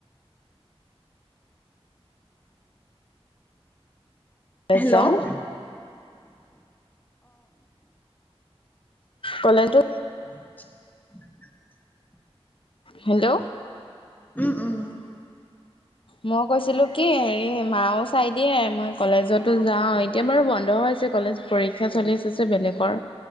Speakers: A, on the left (about 55°); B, on the left (about 15°).
A: কলেজ
B: হেল্ল'
A: যাওঁ
B: অহ।
A: কলেজটো
B: <unintelligible>
A: হেল্ল'
B: উম উম
A: মোক কৈছিলো কি, হেৰি মাও চাই দিয়ে মই কলেজতো যাওঁ এতিয়া বাৰু বন্ধ হৈ কলেজ পৰীক্ষা চলি আছে যে বেলেগৰ,